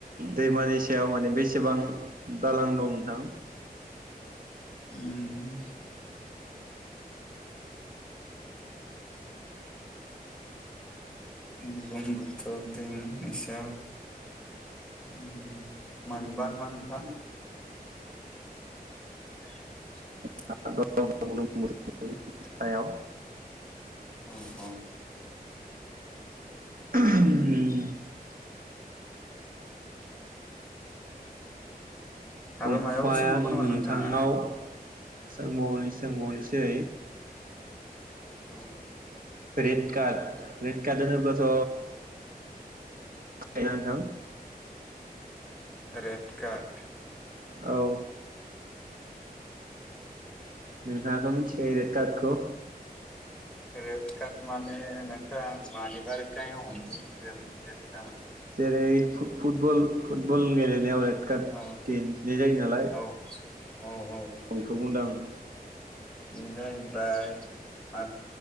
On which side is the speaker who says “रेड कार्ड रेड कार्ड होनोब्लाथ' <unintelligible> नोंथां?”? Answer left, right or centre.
Right